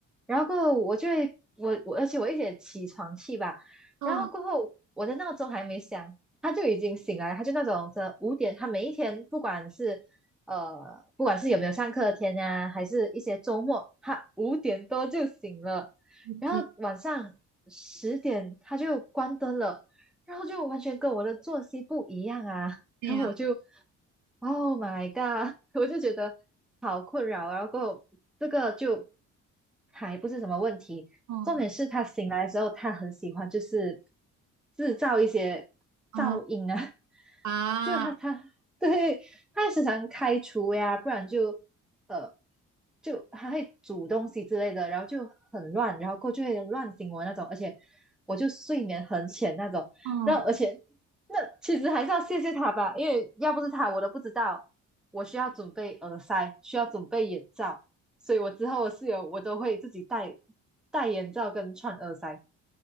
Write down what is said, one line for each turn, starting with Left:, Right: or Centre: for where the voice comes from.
Centre: 然后过后我就会，我我而且我一点起床气吧，
Right: 啊，
Centre: 然后过后我的闹钟还没响，他就已经醒来，他就那种这五点，他每一天不管是呃不管是有没有上课的天啊，还是一些周末，他五点多就醒了。
Right: 我天，
Centre: 然后晚上十点他就关灯了，然后就完全跟我的作息不一样啊。
Right: 对呀，
Centre: 然后我就 Oh my god！<laughs> 我就觉得好困扰啊，然后过后这个就还不是什么问题，
Right: 哦
Centre: 重点是他醒来的时候，他很喜欢就是制造一些噪音啊，
Right: 啊啊，
Centre: <laughs> 就他他对他还时常开除呀，不然就呃就他会煮东西之类的，然后就很乱，然后过后就会乱醒我那种，而且我就睡眠很浅那种。
Right: 哦，
Centre: 那而且那其实还是要谢谢他吧，因为要不是他，我都不知道我需要准备耳塞，需要准备眼罩，所以我之后我室友我都会自己戴戴眼罩跟串耳塞。